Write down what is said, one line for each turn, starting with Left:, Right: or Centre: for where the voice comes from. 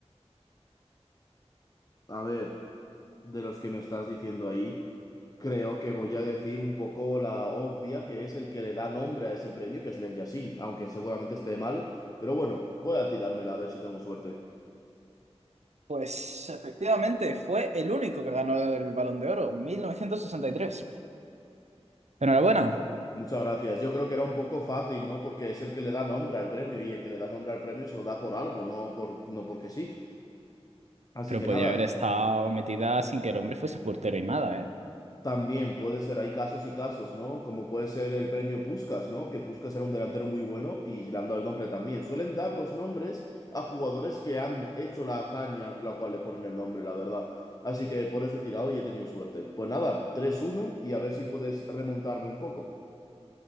Left: A ver, de los que me estás diciendo ahí, creo que voy a decir un poco la obvia, que es el que le da nombre a ese premio, que es Lev Yashin, aunque seguramente esté mal. Pero bueno, voy a tirármela a ver si tengo suerte.
Right: Pues efectivamente fue el único que ganó el Balón de Oro, 1963. Enhorabuena.
Left: Muchas gracias. Yo creo que era un poco fácil, ¿no? Porque es el que le da nombre al premio y el que le da nombre al premio se lo da por algo, no por, no porque sí. Así
Right: Pero
Left: que
Right: podía
Left: nada,
Right: haber estado metida sin que el hombre fuese portero y nada, ¿eh?
Left: también puede ser, hay casos y casos, ¿no? Como puede ser el premio Puskás, ¿no? Que Puskás era un delantero muy bueno y le han dado el nombre también. Suelen dar los nombres a jugadores que han hecho la hazaña, la cual le ponen el nombre, la verdad. Así que por eso he tirado y he tenido suerte. Pues nada, tres uno y a ver si puedes remontarme un poco.